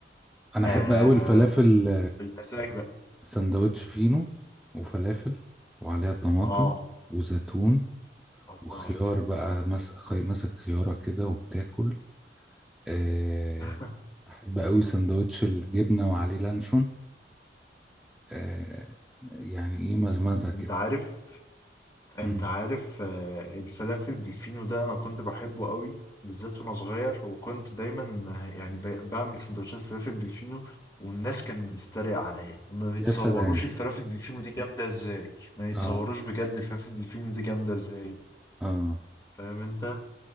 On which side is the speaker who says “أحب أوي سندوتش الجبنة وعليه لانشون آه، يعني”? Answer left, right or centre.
Centre